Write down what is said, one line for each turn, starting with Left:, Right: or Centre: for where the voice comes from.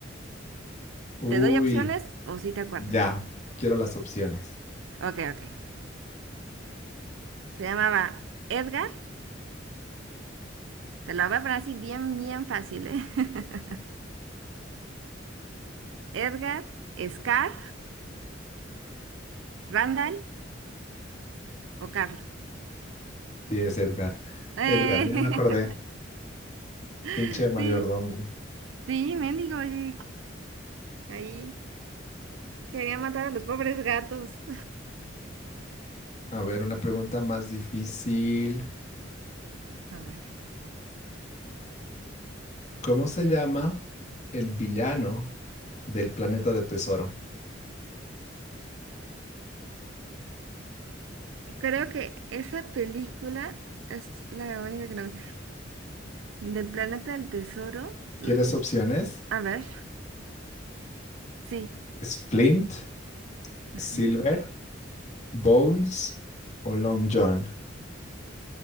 Left: Uy,
Right: ¿Te doy opciones o si te acuerdas?
Left: ya. Quiero las opciones.
Right: Ok, ok. Se llamaba Edgar. Te lo voy a poner así bien, bien fácil, ¿eh? <laughs> Edgar, Scar, Randall o Carlos.
Left: Sí, es Edgar.
Right: Eh,
Left: Edgar, ya me acordé. Pinche
Right: <laughs>
Left: mayordomo.
Right: sí, sí, mendigo. oye, Ahí quería matar a los pobres gatos.
Left: A ver, una pregunta más difícil.
Right: A ver.
Left: ¿Cómo se llama el villano del planeta de tesoro?
Right: Creo que esa película es la única que no vi. Del planeta del tesoro.
Left: ¿Quieres
Right: mm,
Left: opciones?
Right: A ver, sí.
Left: ¿Es Flint,
Right: Ajá.
Left: Silver, Bones o Long John?